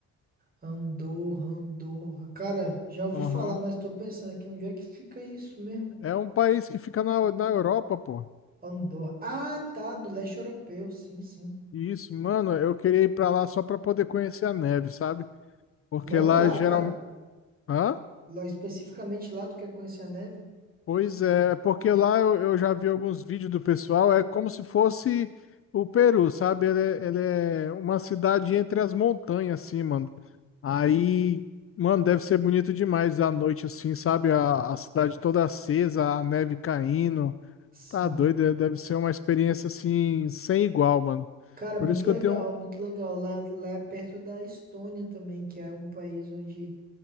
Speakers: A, on the right; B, on the left.
A: Andorra, Andorra. Cara, já ouvi
B: Aham.
A: falar, mas tô pensando aqui onde é que fica isso mesmo?
B: É um país que fica na, na Europa, pô.
A: Andorra. Ah, tá, no leste europeu, sim, sim.
B: E Isso, mano, eu queria ir para lá só para poder conhecer a neve, sabe? Porque
A: Logo
B: lá
A: lá,
B: geralmente.
A: cara.
B: Hã?
A: Lá, especificamente lá, tu quer conhecer a neve?
B: Pois é, porque lá eu, eu já vi alguns vídeos do pessoal, é como se fosse o Peru, sabe? Ele, é- ele é uma cidade entre as montanhas, assim, mano. Aí, mano, deve ser bonito demais à noite, assim, sabe? A, a cidade toda acesa, a neve caindo.
A: Sim.
B: Tá doido, é- deve ser uma experiência, assim, sem igual, mano.
A: Cara,
B: Por
A: muito
B: isso que
A: legal,
B: eu tenho.
A: muito legal. Lá, lá é perto da Estônia também, que é um país onde